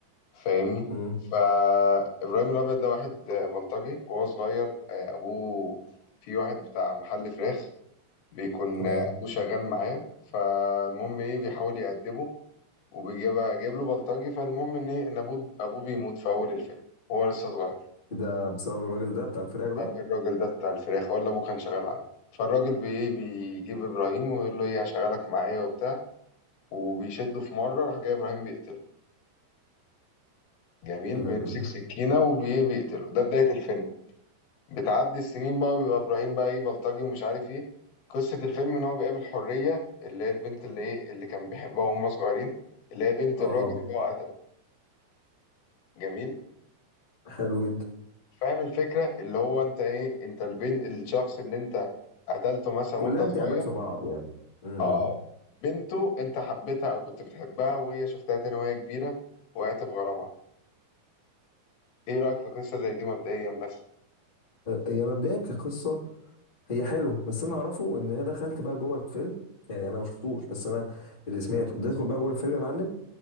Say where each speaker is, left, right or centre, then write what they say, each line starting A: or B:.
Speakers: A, on the left; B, on the left.
A: فاهمني
B: امم
A: فإبراهيم الأبيض ده واحد آه، بلطجي وهو صغير آه، أبوه في واحد بتاع محل فراخ بيكون
B: تمام
A: آه، أبوه شغال معاه فالمهم إيه بيحاول يأدبه وبيجيب جايب له بلطجي فالمهم إن إيه إن أبوه أبوه بيموت في أول الفيلم وهو لسه صغير
B: ده بسبب الراجل ده بتاع الفراخ ده
A: الراجل ده بتاع الفراخ ولا أبوه كان شغال عنده فالراجل بي إيه، بيجيب إبراهيم ويقول له إيه هشغلك معايا وبتاع وبيشده في مرة راح جاي إبراهيم بيقتله جميل
B: ولا
A: بيمسك
B: ال-
A: سكينة وبيقتله ده بداية الفيلم بتعدي السنين بقى وبيبقى إبراهيم بقى إيه بلطجي ومش عارف إيه قصة الفيلم إن هو بيقابل حرية اللي هي البنت اللي إيه اللي كان بيحبها وهم صغيرين اللي هي بنت
B: اه
A: الراجل اللي هو قتله جميل
B: حلو جدا
A: فاهم الفكرة اللي هو أنت إيه أنت البنت الشخص اللي أنت قتلته مثلا
B: كلها
A: وأنت صغير
B: انتماءات في بعض يعني امم
A: آه بنته أنت حبيتها أو كنت بتحبها وهي شفتها تاني وهي كبيرة وقعت في غرامها إيه رأيك في قصة زي دي مبدئيا بس
B: هي مبدئيا كقصة هي حلوة بس انا اعرفه ان هي دخلت بقى جوه الفيلم يعني انا ما شفتوش بس انا اللي سمعته تدخل بقى جوه الفيلم يا معلم